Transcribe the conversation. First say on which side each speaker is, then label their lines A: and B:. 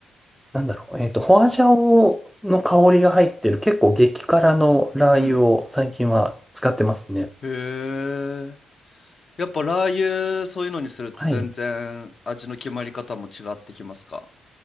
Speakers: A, in the centre; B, on the left.
A: なんだろう、えっと、ホアジャオの香りが入ってる結構激辛のラー油を最近は使ってますね。
B: うん。へえ。やっぱラー油、そういうのにすると全然味の決まり方も違ってきますか
A: はい。